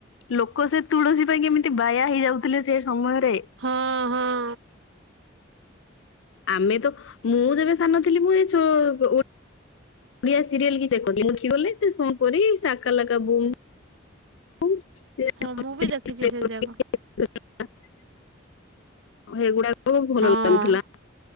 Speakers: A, on the left; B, on the right.
A: ଲୋକ ସେ ତୁଳସୀ ପାଇଁ କେମିତି ବାୟା ହେଇଯାଉଥିଲେ ସେ ସମୟରେ।
B: ହଁ ହଁ
A: ଆମେ ତ ମୁଁ ଯେବେ ସାନ ଥିଲି ମୁଁ ଏ ଯୁ ଓ ଓଡିଆ ସିରିଏଲ ଯେପରିକ <unintelligible> ବଲେ ସୋନପରି ସାକାଲାକା ବୁମ ଚ ଏତଲ
B: ହଁ ମୁଁ ବି ଦେଖିଛି ସେ
A: ଭ।
B: ଯାକ।
A: <unintelligible> ହେଗୁଡାକ ଭଲ
B: ହଁ
A: ଲାଗୁଥିଲା।